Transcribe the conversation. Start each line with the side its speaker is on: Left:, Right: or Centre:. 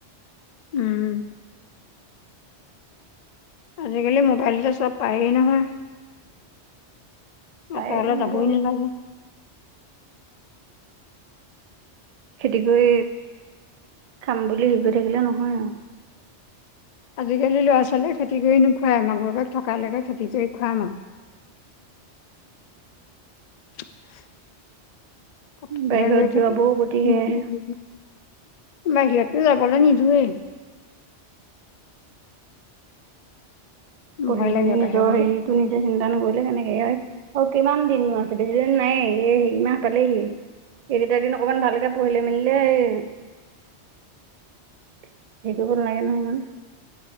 Left: উম। আজিকালি মোবাইলতে চব পায়েই নহয়।
Right: পায়
Left: আতলৈ
Right: একো নাজানো
Left: যাবই নালাগে।
Right: খেতি কৰি খাম বুলি হেই কই থাকিলে নহয় আও।
Left: আজিকালি ল'ৰা-ছোৱালীয়ে খেতি কৰি নোখোৱাই। মাক-বাপেক থকালৈকে খেতি কৰি খোৱাম আও।
Right: <inaudible>
Left: <unintelligible>
Right: বাহিৰত যোৱাবোৰো গতি সেয়াহে
Left: বাহিৰটো যাবলৈ নিদোৱে।
Right: পঢ়ি
Left: ভয়
Right: শুনি
Left: লাগে
Right: নিজৰ
Left: বাহিৰলৈ
Right: হেৰিটো
Left: পঠিয়ালে।
Right: নিজে চিন্তা নকৰিলে কেনেকে। এয়াই অ' কিমান দিননো আছে, বেছি দিন নায়ে, এ হেই মাহ পালেহি। একেইটা দিন অকমান ভালকে পঢ়িলে মেলিলে এই হেই কৰিব নালাগে নহয় ইমান।